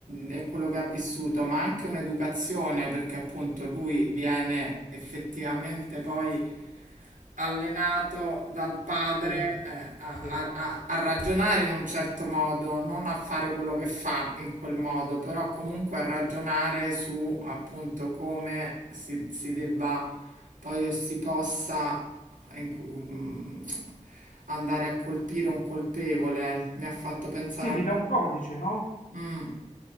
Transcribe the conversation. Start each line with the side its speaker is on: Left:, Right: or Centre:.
Right: e quello che ha vissuto, ma anche un'educazione, perché appunto lui viene effettivamente poi allenato dal padre
Left: sì,
Right: eh, a,
Left: sì.
Right: a- a ragionare in un certo modo, non a fare quello che fa in quel modo, però comunque a ragionare su appunto come si, si debba poi o si possa in cu- mm, andare a colpire un colpevole. Mi ha fatto pensare
Left: Sì,
Right: anche
Left: gli dà
Right: un
Left: un codice, no?
Right: po'. Mm,